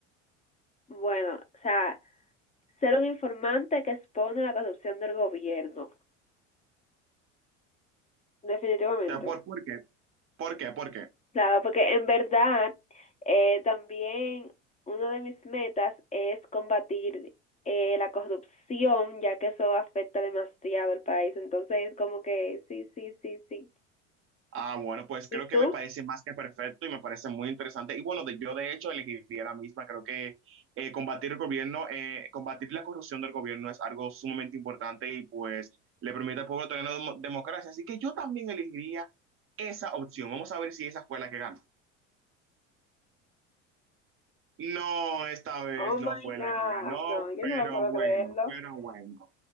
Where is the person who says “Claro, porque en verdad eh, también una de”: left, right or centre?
Left